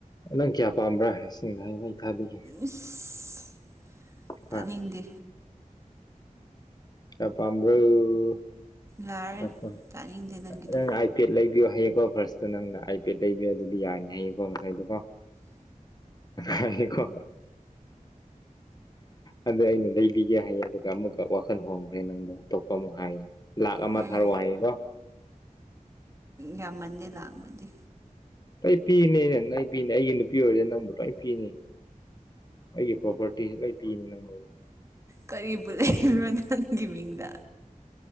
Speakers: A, on the left; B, on the right.
A: ꯅꯪ ꯀꯌꯥ ꯄꯥꯝꯕ꯭ꯔꯥ ꯁ‌ꯦꯡꯅ ꯍꯥꯏꯌꯨ ꯑꯩ ꯊꯥꯕꯤꯒꯦ
B: ꯏꯁ ꯇꯥꯅꯤꯡꯗꯦ
A: ꯍꯥ ꯀꯌꯥ ꯄꯥꯝꯕ꯭ꯔ‌ꯣ
B: ꯌꯥꯔꯦ
A: <unintelligible>
B: ꯇꯥꯅꯤꯡꯗꯦ ꯅꯪꯒꯤꯗꯣ
A: ꯑꯥꯏꯄꯦꯠ ꯂꯩꯕꯤꯌꯣ ꯍꯥꯏꯌꯦꯀꯣ ꯐꯥꯔꯁꯇ ꯅꯪꯅ ꯑꯥꯏ ꯄꯦꯠ ꯂꯩꯕꯤꯌꯣ ꯑꯗꯨꯗꯤ ꯌꯥꯔꯅꯤ ꯍꯥꯏꯌꯦꯀꯣ ꯉꯁꯥꯏꯗꯣꯀꯣ ꯍꯥꯏꯀꯣ ꯑꯗꯨ ꯑꯩꯅ ꯂꯩꯕꯤ ꯌꯥꯏꯌꯦ ꯑꯗꯨꯒ ꯑꯃꯨꯛꯀ ꯋꯥꯈꯜ ꯍꯣꯡꯈ꯭ꯔꯦ ꯅꯪꯗ ꯑꯇꯣꯞꯄ ꯑꯃꯨꯛ ꯍꯥꯏꯌꯦ ꯂꯥꯛ ꯑꯃ
B: ꯎꯝ
A: ꯊꯥꯔꯛꯑꯣ ꯍꯥꯏꯌꯦꯀꯣ
B: ꯌꯥꯝꯃꯟꯗꯦ ꯂꯥꯛ ꯑꯃꯗꯤ
A: ꯂꯣꯏ ꯄꯤꯅꯤꯅꯦ ꯅꯪ ꯑꯩ ꯄꯤꯅꯦ ꯑꯩꯒꯤ ꯅꯨꯄꯤ ꯑꯣꯏꯔꯗꯤ ꯅꯪꯕꯨ ꯂꯣꯏ ꯄꯤꯅꯤ ꯑꯩꯒꯤ ꯄ꯭ꯔꯣꯄꯔꯇꯤꯁꯦ ꯂꯣꯏ ꯄꯤꯅꯤ ꯅꯪꯉꯣꯟꯗ
B: ꯀꯔꯤꯕꯨ ꯂꯩꯕꯔ꯭ ꯅꯪꯒꯤ ꯃꯤꯡꯗ